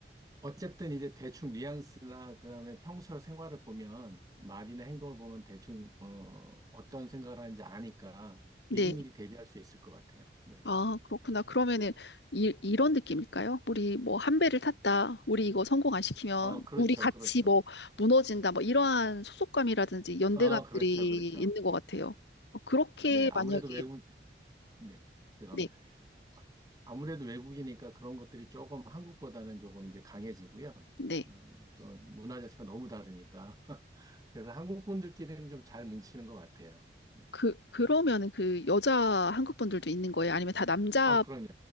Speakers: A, on the right (about 20°); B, on the left (about 80°).
A: 어쨌든 이제 대충 뉘앙스나 그다음에 평소 생활을 보면 말이나 행동을 보면 대충 어, 어떤 생각을 하는지 아니까 미리미리
B: 네.
A: 대비할 수 있을 것 같아요. 네.
B: 아, 그렇구나. 그러면은 이, 이런 느낌일까요? 우리 뭐 한 배를 탔다. 우리 이거 성공 안 시키면
A: 어, 그렇죠.
B: 우리 같이
A: 그렇죠.
B: 뭐 무너진다. 뭐 이러한 소속감이라든지 연대감들이
A: 어, 그렇죠. 그렇죠.
B: 있는 것 같아요. 어, 그렇게
A: 네. 아무래도
B: 만약에
A: 외국 네. 죄송합니다.
B: 네,
A: 아, 아무래도 외국이니까 그런 것들이 조금 한국보다는 조금 이제 강해지고요.
B: 네.
A: 어, 또 문화 자체가 너무 다르니까. <laughs> 그래서 한국 분들끼리는 좀 잘 뭉치는 것 같아요. 네.
B: 그 그러면은 그 여자 한국 분들도 있는 거예요? 아니면 다 남자?
A: 아, 그럼요.